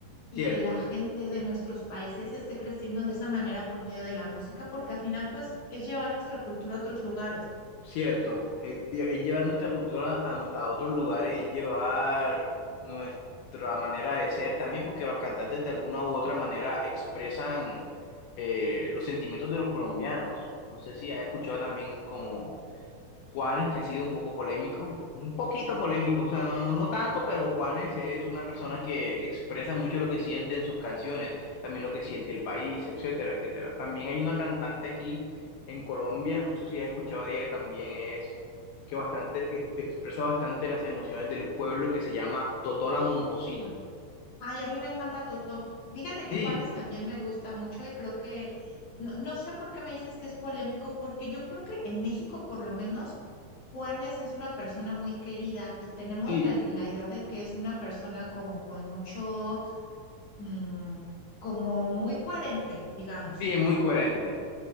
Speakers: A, on the left; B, on the left.
A: y
B: Cierto.
A: que la gente de nuestros países esté creciendo de esa manera por medio de la música, porque al final pues es llevar nuestra cultura a otros lugares.
B: Cierto, es, lle- es llevar nuestra cultura a, a otros lugares, es llevar nuestra manera de ser también, porque los cantantes de alguna u otra manera expresan eh, los sentimientos de los colombianos. No sé si has escuchado también como Juanes, que ha sido un poco polémico, un poquito polémico, o sea, no, no, no tanto, pero Juanes es una persona que, que expresa mucho lo que siente en sus canciones, también lo que siente el país, etcétera, etcétera. También hay una cantante aquí en Colombia, no sé si has escuchado de ella, que también es, que bastante, que expresa bastante las emociones del pueblo, que se llama Totó la Momposina.
A: Ay, a mí me encanta Toto. Dígate que
B: Sí,
A: Juanes también me gusta mucho y creo que, no, no sé por qué me dices que es polémico, porque yo creo que en México por lo menos Juanes es una persona muy querida y tenemos
B: sí,
A: la, la idea de que es una persona como con mucho, mm, como muy coherente, digamos.
B: sí, es muy coherente.